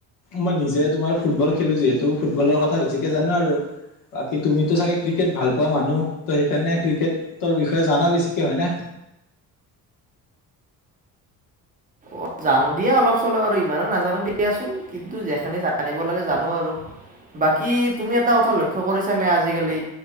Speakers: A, on the left; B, on the right.
A: মই নিজে তোমাৰ ফুটবল খেলো যিহেতু ফুটবলৰ কথা বেছিকে জানো আৰু। বাকী তুমিতো চাগে ক্ৰিকেট ভাল পোৱা মানুহ। ত' সেইকাৰণে ক্ৰিকেট তৰ বিষয়ে জানা বেছিকে হয় নে?
B: অঁ জানো দিয়া অলপ চলপ আৰু ইমানো নাজানো দিয়াচোন কিন্তু যেখিনি জানিব লাগে জানো আৰু বাকী তুমি এটা কথা লক্ষ্য কৰিছানে আজিকালি